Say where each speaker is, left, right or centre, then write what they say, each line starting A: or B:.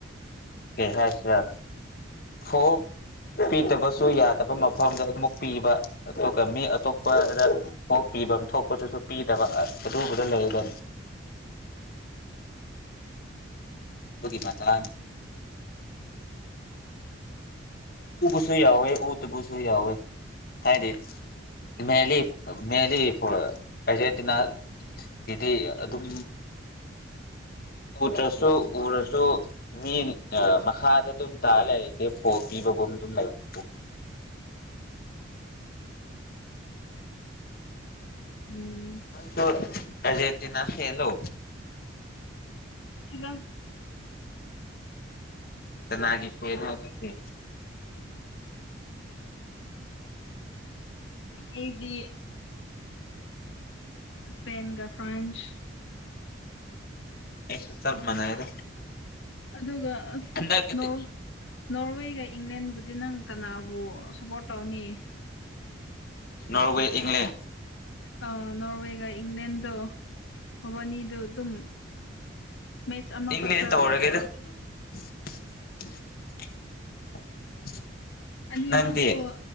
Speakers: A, on the left (about 50°); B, on the left (about 70°).
A: ꯀꯩꯍꯥꯢꯁꯤꯔ ꯐꯣꯜ ꯄꯤꯗꯕꯁꯨ ꯌꯥꯗꯕ ꯃꯐꯝꯗ ꯑꯗꯨꯝꯃꯛ ꯄꯤꯕ ꯑꯗꯨꯒ ꯃꯤ ꯑꯇꯣꯞꯄꯗ ꯄꯤꯕ ꯊꯣꯛꯄꯗꯨꯁꯨ ꯄꯤꯗꯕ ꯑꯗꯨꯕꯨꯗ ꯂꯩꯔꯦ ꯑꯗꯨꯒꯤ ꯃꯇꯥꯡꯅꯤ ꯎꯕꯁꯨ ꯌꯥꯎꯋꯦ ꯎꯗꯕꯁꯨ ꯌꯥꯎꯋꯦ ꯍꯥꯏꯗꯤ ꯃꯦꯂꯤ ꯃꯦꯂꯤ ꯑꯥꯔꯖꯦꯟꯇꯤꯅ ꯀꯤꯗꯤ ꯑꯗꯨꯝ ꯎꯗ꯭ꯔꯁꯨ ꯎꯔꯁꯨ ꯃꯤ ꯃꯈꯥꯗ ꯑꯗꯨꯝ ꯆꯥꯂꯦꯦ ꯐꯣꯄꯤ ꯒ ꯃ ꯂꯩ <inaudible>
B: ꯎꯝ
A: ꯅꯪꯗꯣ ꯑꯔꯖꯦꯟꯇꯤꯅꯥ ꯐꯦꯟꯂꯣ
B: ꯅꯠꯇꯦꯗ
A: ꯀꯅꯒꯤ ꯐꯦꯟꯅꯣ ꯑꯗꯨꯗꯤ
B: ꯑꯩꯗꯤ ꯏꯁꯄꯦꯟꯒ ꯐ꯭ꯔꯥꯟꯁ
A: ꯑꯩꯒ ꯆꯥꯞ ꯃꯅꯔꯦ
B: ꯑꯗꯨꯒ ꯑꯁ
A: ꯍꯀꯤꯦ
B: ꯅꯣꯔ
A: <inaudible>
B: ꯅꯣꯔꯋꯦꯒ ꯏꯪꯂꯦꯟꯕꯨꯗꯤ ꯅꯪ ꯀꯅꯥꯕꯨ ꯁꯞꯄꯣꯠ ꯇꯧꯅꯤ
A: ꯅꯣꯔꯋꯦ ꯏꯪꯂꯦꯟ
B: ꯑꯥꯎ ꯅꯣꯔꯋꯦꯒ ꯏꯪꯂꯦꯟꯗꯣ ꯃꯕꯥꯅꯤꯗꯣ ꯑꯗꯨꯝ ꯃꯦꯆ ꯑꯃ
A: ꯏꯪꯂꯦꯟ
B: ꯈꯥꯛꯇ
A: ꯇꯧꯔꯒꯦꯗ <unintelligible>
B: ꯑꯅꯤ
A: ꯅꯪꯗꯤ
B: ꯃꯛꯇꯣ